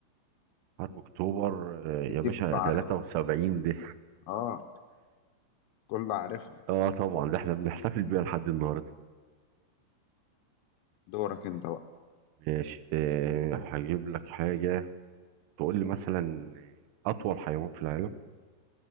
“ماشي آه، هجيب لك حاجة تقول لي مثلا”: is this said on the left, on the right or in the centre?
Right